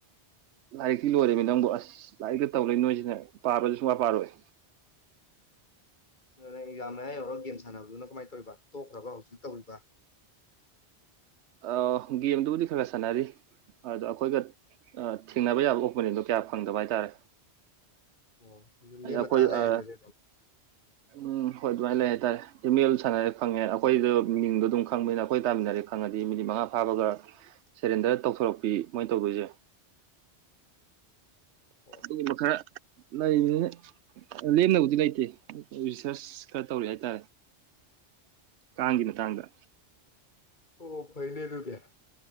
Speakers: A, on the right; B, on the left.
A: ꯂꯥꯏꯔꯤꯛꯇꯤ ꯂꯣꯏꯔꯦꯃꯦ ꯅꯪꯕꯨ ꯑꯁ ꯂꯥꯏꯔꯤꯛꯛꯇ ꯇꯧꯔ ꯂꯩ ꯅꯣꯏꯁꯤꯅ ꯄꯥꯕꯗꯤ ꯁꯨꯡꯄꯥ ꯄꯥꯔꯣꯏ
B: ꯑꯗꯨꯅ ꯑꯦꯛꯖꯥ ꯃꯌꯥ ꯌꯧꯔꯒ ꯒꯦꯝ ꯁꯥꯟꯅꯕꯗꯨꯅ ꯀꯃꯥꯏꯅ ꯇꯧꯔꯤꯕ ꯇꯣꯛꯈ꯭ꯔꯕ ꯍꯧꯖꯤꯛꯁꯨ ꯇꯧꯔꯤꯕ
A: ꯑꯧ ꯒꯦꯝꯗꯨꯕꯨꯗꯤ ꯈꯔꯒ ꯁꯥꯟꯅꯔꯤ ꯑꯗ ꯑꯩꯈꯣꯏꯒ ꯑ ꯊꯦꯡꯅꯕ ꯌꯥꯕ ꯑꯣꯄꯣꯅꯦꯟꯗꯣ ꯀꯌꯥ ꯐꯪꯗꯕ ꯍꯥꯏꯇꯥꯔꯦ
B: ꯑꯣ ꯑꯗꯨ
A: ꯑꯩ
B: ꯂꯦꯝꯃ
A: ꯑꯩꯈꯣꯏ
B: ꯇꯥ ꯂꯩꯔꯦ
A: ꯑ
B: ꯑꯗꯨꯗꯤ ꯑꯗꯨꯝ
A: ꯎꯝ ꯍꯣꯏ ꯑꯗꯨꯃꯥꯏ ꯂꯩ ꯍꯥꯏꯇꯥꯔꯦ ꯏꯃꯦꯜ ꯁꯥꯟꯅꯔꯦ ꯐꯪꯉꯦ ꯑꯩꯈꯣꯏꯗꯣ ꯃꯤꯡꯗꯣ ꯑꯗꯨꯝ ꯈꯪꯕꯅꯤꯅ ꯑꯩꯈꯣꯏ ꯇꯥꯃꯤꯟꯅꯔꯦ ꯐꯪꯉꯗꯤ ꯃꯤꯅꯤꯠ ꯃꯉꯥ ꯐꯥꯕꯒ ꯁꯦꯔꯦꯟꯗꯔ ꯇꯧꯊꯣꯔꯛꯄꯤ ꯃꯣꯏꯅ ꯇꯧꯗꯣꯏꯁꯦ
B: ꯑꯣ
A: ꯑꯗꯨꯒꯨꯝꯕ ꯈꯔ ꯂꯩꯅꯤꯅꯦ ꯂꯦꯝꯅꯕꯨꯗꯤ ꯂꯩꯇꯦ ꯔꯤꯁꯔꯁ ꯈꯔ ꯇꯧꯔꯤ ꯍꯥꯏꯇꯥꯔꯦ ꯀꯥꯡꯒꯤ ꯃꯇꯥꯡꯗ
B: ꯑꯣ ꯐꯩꯅꯦ ꯑꯗꯨꯨꯗꯤ